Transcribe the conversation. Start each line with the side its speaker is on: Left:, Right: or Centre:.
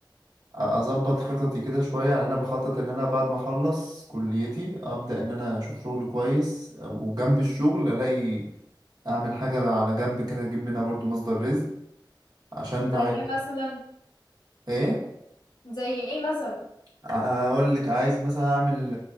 Right: اظبط خططي كده شويه يعني انا بخطط ان انا بعد ما اخلص كليتي ابدا ان انا اشوف شغل كويس وجنب الشغل الاقي اعمل حاجه على جنب كده اجيب منها برضو مصدر رزق عشان
Left: زي
Right: عايز
Left: ايه مثلا
Right: ايه
Left: زي ايه مثلا
Right: اقول لك عايز مثلا اعمل